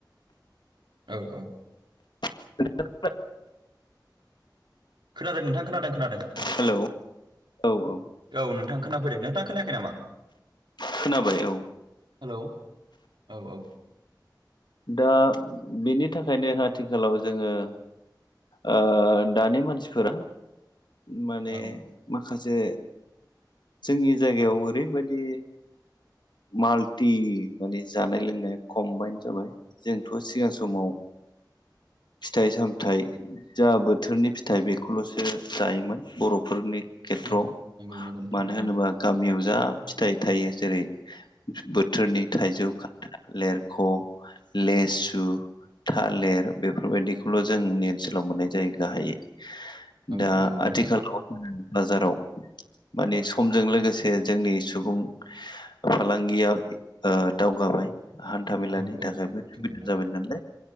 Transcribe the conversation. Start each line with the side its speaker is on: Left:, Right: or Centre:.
Right: औ औ।
Left: <inaudible>
Right: खोनादों नोंथां खोनादों खोनादों उम।
Left: हेलौ औ औ।
Right: औ नोंथां खोनाफैदों नोंथां खोनायाखै नामा?
Left: खोनाबाय औ।
Right: हेलौ औ औ।
Left: दा बेनि थाखायनो आथिखालाव जोङो ओ दानि मानसिफोरा माने
Right: औ
Left: माखासे जोंनि जायगायाव ओरैबादि माल्टि माने जानाय लोंनाय खमबाइन जाबाय जोंथ' सिगां समाव फिथाइ सामथाइ जा बोथोरनि फिथाइ बेखौल'सो जायोमोन बर'फोरनि खेथ्रआव
Right: नंगौ नंगौ नंगौ नोंथां
Left: मानो
Right: नंगौ
Left: होनोबा गामियाव जा फिथाइ थायो जेरै बोथोरनि थाइजौ खान्थाल लेरख' लेसु थालेर बेफोरबायदिखौल' जोंनि ओनसोलाव मोननाय जायो गाहायै।
Right: औ
Left: दा
Right: नंगौ नोंथां
Left: आथिखालाव <inaudible> बाजाराव माने समजों लोगोसे जोंनि सुबुं फालांगियाव ओ दावगाबाय। हान्था मेलानि
Right: औ औ
Left: थाखायबो
Right: औ नंगौ
Left: <inaudible>
Right: नंगौ
Left: जाबाय नालाय